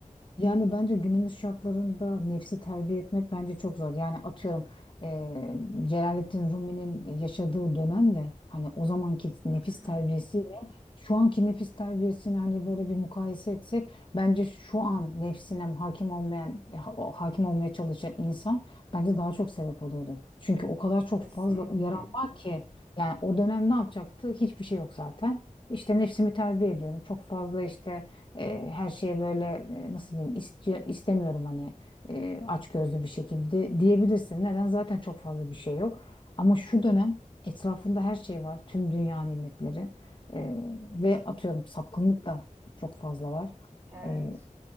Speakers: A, on the left; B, on the right.
A: yani bence günümüz şartlarında nefsi terbiye etmek bence çok zor. Yani atıyorum eee Celalettin Rumi'nin yaşadığı dönemle hani o zamanki nefis
B: Hı hı,
A: terbiyesiyle şu anki nefis terbiyesini hani böyle bir mukayese etsek bence şu an nefsine hakim olmayan e, ha- o hakim olmaya çalışan insan bence daha çok sebep oluyordu. Çünkü o kadar çok
B: kesinlikle.
A: fazla uyaran var ki yani o dönem ne yapacaktı? Hiçbir şey yok zaten. İşte nefsimi terbiye ediyorum. Çok fazla işte e, her şeye böyle e, nasıl diyeyim istiyor istemiyorum hani e, açgözlü bir şekilde diyebilirsin. Neden? Zaten çok fazla bir şey yok. Ama şu dönem etrafında her şey var. Tüm dünya nimetleri E, ve atıyorum sapkınlık da çok fazla var.
B: Evet,
A: E,